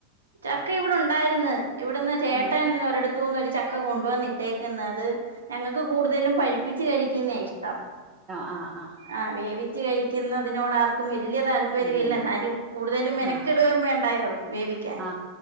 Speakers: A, on the right; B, on the right.
A: ചക്ക ഇവിടെ ഉണ്ടായിരുന്ന് ഇവിടന്ന് ചേട്ടൻ
B: ആ
A: ഒരിടത്തൂന്ന് ഒരു ച ക്ക കൊണ്ട് വന്നിട്ടേക്കുന്നു അത് ഞങ്ങക്ക് കൂടുതലും പഴിപ്പിച്ച് കഴിക്കുന്നയാ ഇഷ്ടം
B: ആഹ് ആഹ്
A: ആ വേവിച്ച് കഴിക്കുന്നതിനോട് ആർക്കും വല്ല്യ താല്പര്യം
B: അത്
A: ഇല്ല
B: തന്നെ
A: എന്നാലും കൂടുതലും മെനക്കെടുവേം
B: ആ
A: വേണ്ട വായോ വേവിക്കാൻ
B: ആ